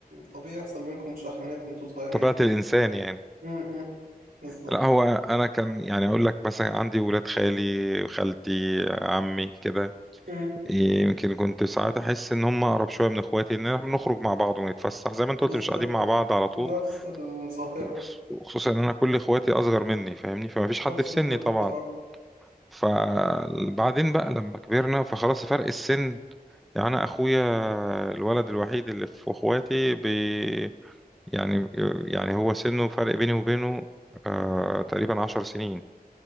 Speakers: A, on the right; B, in the centre.
A: طبيعي يحصل بينكم مشاحنات وانتوا صغيرين
B: طبيعة الانسان يعني
A: امم بالظبط
B: لا هو انا كان يعني اقول لك مثلا عندي ولاد خالي خالتي عمي كده
A: امم
B: يمكن كنت ساعات احس ان هم اقرب شويه من اخواتي ان احنا بنخرج مع بعض ونتفسح زي ما انت
A: بالظبط
B: قلت مش قاعدين مع بعض على طول
A: نفس الظاهرة
B: وخص- وخصوصا ان انا كل اخواتي اصغر مني فاهمني فما فيش حد
A: نفس
B: في
A: الظاهرة
B: سني طبعا
A: اه
B: فبعدين بقى لما كبرنا فخلاص فرق السن يعني انا اخويا الولد الوحيد اللي في اخواتي بي يعني يعني هو سنه فرق بيني وبينه آه تقريبا عشر سنين